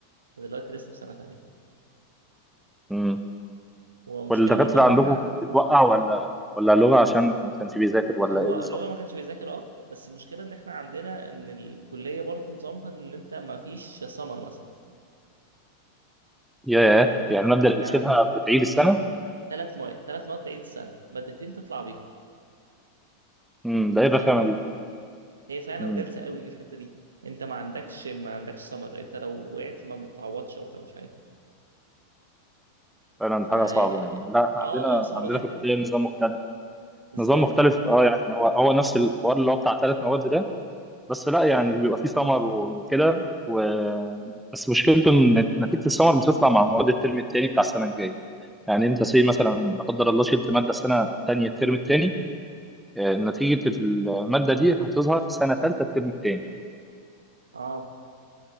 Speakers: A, on the right; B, in the centre.
A: فدلوقتي لسه في سنة تانية
B: امم
A: ومشكلة
B: والدكاتره
A: برضو ان
B: عندكم
A: احنا
B: بتوقع ولا ولا لغه عشان ما كانش بيذاكر ولا
A: هو
B: ايه بالظبط
A: لغة ما كانش بيذاكر اه بس المشكلة ان احنا عندنا ان الكلية برضو نظامها ان انت ما فيش سمر مثلا
B: ياه
A: يعني
B: يعني الماده
A: احنا
B: اللي بتشيلها
A: عن
B: بتعيد السنه
A: ثلاث مواد ثلاث مواد تعيد السنة مادتين تطلع بيهم
B: امم ده ايه الرخامه
A: فاهم
B: دي
A: هي فعلا
B: امم
A: غلسة قوي في الحتة دي انت ما عندكش ما عندكش سمر انت لو وقعت ما بتعوضش او بتعملش حاجة
B: فعلا
A: ف اه
B: حاجه صعبه يعني لا احنا عندنا
A: اه صعبة
B: عندنا
A: جدا
B: في الكليه نظام مختلف
A: ازاي
B: نظام مختلف اه يعني هو هو نفس الحوار اللي هو بتاع ثلاث مواد ده بس لا يعني بيبقى فيه سمر وكده و... بس مشكلته ان نتيجه السمر بتطلع مع مواد الترم الثاني بتاع السنه الجايه يعني انت سي مثلا لا قدر الله شلت ماده السنه الثانيه الترم الثاني نتيجه الماده دي هتظهر في سنه ثالثه الترم الثاني
A: اه